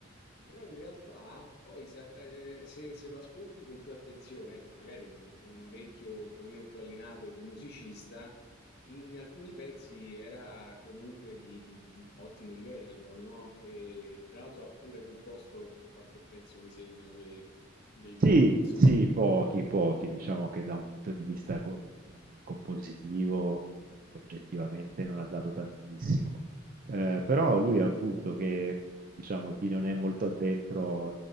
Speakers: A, on the left; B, on the right.
A: Però in realtà poi se, eh, se- se lo ascolti con più attenzione, ecco, magari con, con un orecchio un pochino più allenato e da musicista, in alcuni pezzi era comunque di, di ottimo livello, no? E, tra l'altro ha pure composto qualche pezzo, mi sembra, de- dei
B: Sì,
A: Beatles.
B: sì, pochi, pochi. Diciamo che da un punto di vista co- mh, compositivo, eh, oggettivamente non ha dato tantissimo. Eh, però lui appunto che, diciamo, chi non è molto addentro